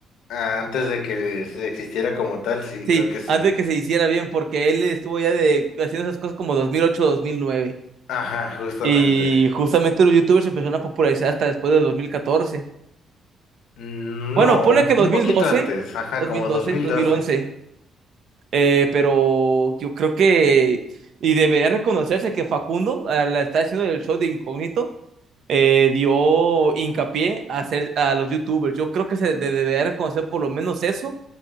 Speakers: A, on the left; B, on the right.
A: Ah, Antes de que existiera como tal, sí,
B: Sí,
A: creo que sí.
B: antes de que se hiciera bien, porque él estuvo ya de, haciendo esas cosas como dos dos mil ocho, dos mil nueve.
A: Ajá, justamente.
B: Y justamente los youtubers se empezaron a popularizar hasta después de 2014.
A: Mm,
B: Bueno,
A: No,
B: pone
A: un,
B: que dos
A: un
B: dos mil
A: poquito
B: mil doce,
A: antes, ajá,
B: dos
A: como
B: mil doce,
A: dos mil
B: dos
A: doce.
B: mil once. Eh, pero yo creo que, y debería reconocerse que Facundo, al estar haciendo el show de Incógnito, eh, dio hincapié a, hacer, a los YouTubers. Yo creo que se de- debería reconocer por lo menos eso,